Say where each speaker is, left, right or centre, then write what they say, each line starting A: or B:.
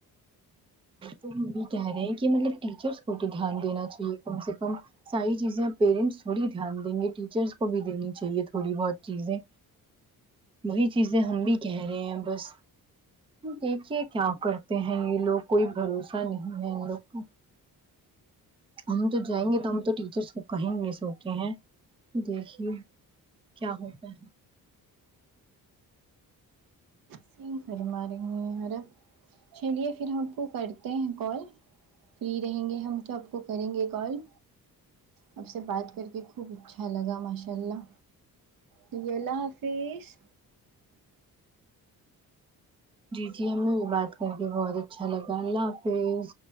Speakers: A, on the right; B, on the right.
A: وہ بھی <unintelligible> کہہ رہے ہیں کہ مطلب ٹیچرس تو دھیان دینا چاہیے کم سے کم ساری چیزیں پیرنٹس تھوڑی دھیان دیں گے ٹیچرس کو بھی دینی چاہیے تھوڑی بہت چیزیں وہی چیزیں ہم بھی کہہ رہے ہیں بس دیکھیے کیا کرتے ہیں یہ لوگ کوئی بھروسہ نہیں ہے ان لوگ کا ہم تو جائیں گے تو ہم تو ٹیچرس کو کہیں گے سوچے ہیں دیکھیے کیا ہوتا ہے
B: صحیح فرما رہی ہیں اور اب چلیے پھر ہم کو کرتے ہیں کال فری رہیں گے ہم سب کو کریں گے کال اب سے بات کر کے خوب اچھا لگا ماشاء اللہ جی اللہ حافظ
A: جی جی ہمیں وہ بات کر کے بہت اچھا لگا اللہ حافظ